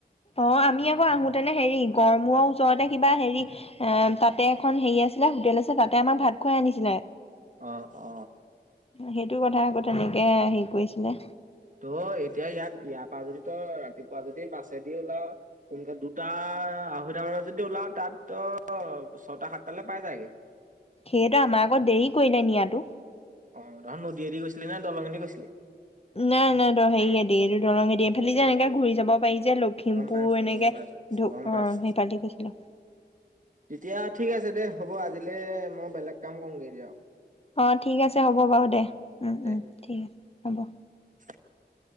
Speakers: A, on the left; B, on the right.
A: অ আমি আকৌ আহোতেনে হেৰি গড়মূৰ ওচৰতে কিবা হেৰি এ তাতে এখন হেৰি আছিলে হোটেল আছিল তাতে আমাৰ ভাত খুৱাই আনিছিলে।
B: অ, অ।
A: সেইটো কথা আকৌ তেনেকে হেৰি কৰিছিলে।
B: ত' এতিয়া ইয়াত ইয়াৰ পৰা যদি তই ৰাতিপুৱা যদি বাছেদি ওলাও সোনকালে দুটা আঢ়ৈটা মানত যদি ওলাও তাত ত ছটা সাতটালৈ পাই যায়গে।
A: সেইটোৱে আমাৰ আকৌ দেৰি কৰিলে নিয়াতো।
B: অ, তহত নদীয়েদি গৈছিলি নে দলং এদি গৈছিলি?
A: নাই, নাই তোৰ হেৰিয়ে দিয়ে। এইটো দৰঙে দিয়ে। এইফালে দি যে এনেকৈ ঘূৰি যাব পাৰি যে লখিমপুৰ
B: গম পাইছো
A: এনেকে
B: গম পাইছো
A: ঢু
B: গম পাইছো
A: অ সেইফালে দি গৈছিলোঁ।
B: তেতিয়া ঠিক আছে দে হ'ব, আজিলে মই বেলেগ কাম কৰোগৈ এতিয়া
A: অ ঠিক আছে হ'ব বাৰু দে। উম
B: দে
A: উম ঠিক আছে। হব।
B: <unintelligible>